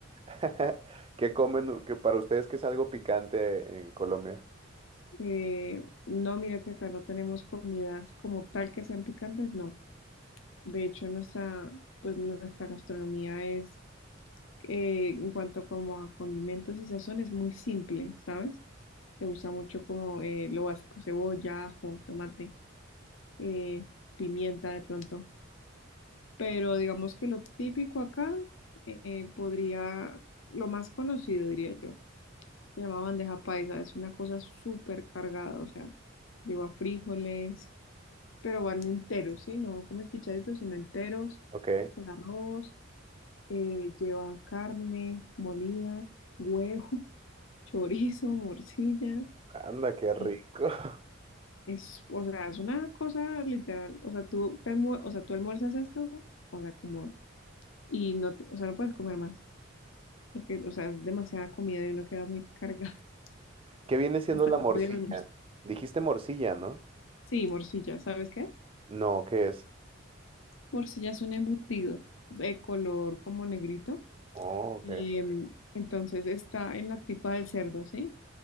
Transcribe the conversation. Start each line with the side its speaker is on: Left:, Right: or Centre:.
Right: <laughs> ¿Qué comen que para ustedes que es algo picante en Colombia?
Left: Eh, no, mira que acá no tenemos comidas como tal que sean picantes, no. De hecho, nuestra, pues nuestra gastronomía es, eh, en cuanto como a condimentos y sazón, es muy simple, ¿sabes? Se usa mucho como eh, lo básico, cebolla, ajo, tomate, eh, pimienta de pronto. Pero digamos que lo típico acá eh, podría, lo más conocido diría yo, se llama bandeja paisa, es una cosa súper cargada, o sea, lleva frijoles, pero van enteros, ¿sí? No comes pichaditos, sino enteros,
Right: Ok,
Left: con arroz, eh, lleva carne molida, huevo, <laughs> chorizo, morcilla.
Right: anda, qué rico.
Left: eh,
Right: <laughs>
Left: Es, o sea, es una cosa literal, o sea, tú, te almue- o sea, tú almuerzas esto, o sea, como, y no, te- o sea, no puedes comer más. Porque, o sea, es demasiada comida y uno queda muy cargado
Right: ¿Qué viene
Left: <laughs>
Right: siendo
Left: hasta
Right: la
Left: el
Right: <laughs> morcilla?
Left: otro día del almuerzo.
Right: Dijiste morcilla, ¿no?
Left: Sí, morcilla, ¿sabes qué es?
Right: No, ¿qué es?
Left: Morcilla es un embutido de color como negrito.
Right: Oh, ok.
Left: Em, entonces está en la tripa del cerdo, ¿sí?